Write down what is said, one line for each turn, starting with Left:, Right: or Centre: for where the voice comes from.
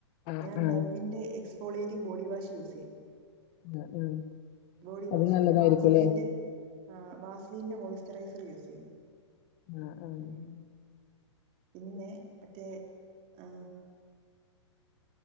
Left: ആഹ്
Right: ഞാൻ
Left: ആഹ്
Right: ഡവിന്റെ എക്സ്ഫോളേറ്റിംഗ് ബോഡി വാഷ് യൂസ് ചെയ്യും.
Left: ആഹ് ആഹ്
Right: ബോഡി
Left: അത്
Right: വാഷ്
Left: നല്ലതായിരിക്കുംല്ലേ
Right: പിന്നെ വാസലിന്റെ ആ, വാസലിന്റെ മോയ്സ്ചറൈസർ യൂസ് ചെയ്യും.
Left: ആഹ് ആഹ്
Right: ഉം. പിന്നെ, മറ്റേ, ആ.